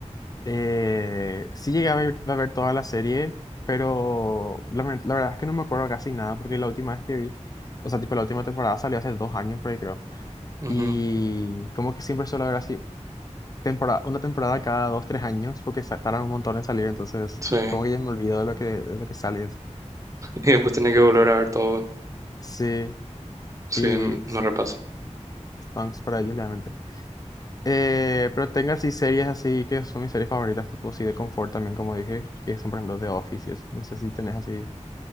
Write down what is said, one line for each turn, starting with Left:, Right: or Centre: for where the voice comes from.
Left: Eh, sí llegué a ver, a ver toda la serie, pero la, ver- la verdad es que no me acuerdo casi nada, porque la última vez que vi, o sea, tipo la última temporada salió hace dos años, por ahí creo,
Right: Ujú,
Left: y como que siempre suelo ver así temporada, una temporada cada dos, tres años, porque sa- tardan un montón en salir, entonces
Right: sí.
Left: como que ya me olvido de lo que, de lo que sale. eso.
Right: Y después tenés que volver a ver todo.
Left: Sí,
Right: Sí,
Left: y
Right: m-
Left: s-
Right: no repaso.
Left: thanks para ellos, realmente. Eh, pero tengo así series así que son mis series favoritas, tipo así de confort también, como dije, que son por ejemplo The Office y eso. No sé si tenés así.